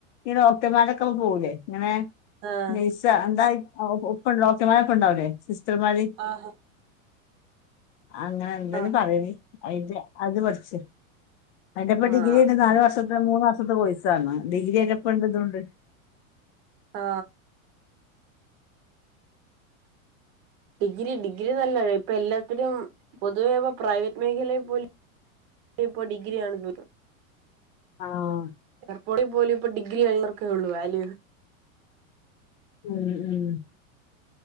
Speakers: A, on the left (about 55°); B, on the right (about 45°).
A: ഈ ഡോക്ടർമാരൊക്കൊപ്പം പോവൂലേ ഇങ്ങനെ
B: ആഹ്
A: നെയ്‌സാ എന്തായി <unintelligible> ഉപ്പ ഡോക്ടർമാരോടൊപ്പം ഉണ്ടാവില്ലേ ത്രമാരി
B: ആഹാ
A: അങ്ങനെ എന്തയ്ന്
B: ആഹ്
A: പറയല് അയ്ന്റെ അത് പഠിച്ച് അയ്ന്റെപ്പോ
B: ആഹ്
A: ഡിഗ്രിണ്ട് നാല് വർഷത്തെ മൂന്ന് വർ <unintelligible> സാണ് ഡിഗ്രി കഴിഞ്ഞപ്പോ <unintelligible>
B: ആ ഡിഗ്രി ഡിഗ്രി നല്ലതാ ഇപ്പൊ എല്ലാത്തിനും പൊതുവേ ഇപ്പൊ പ്രൈവറ്റ് മേഖലയിൽ പോലും ഇപ്പൊ ഡിഗ്രിയാണ് <unintelligible>
A: ആഹ്
B: എർപോടിൽ പോലും ഇപ്പൊ ഡിഗ്രി കഴിഞ്ഞോർക്കൊള്ളു വാല്യു
A: ഉം ഉം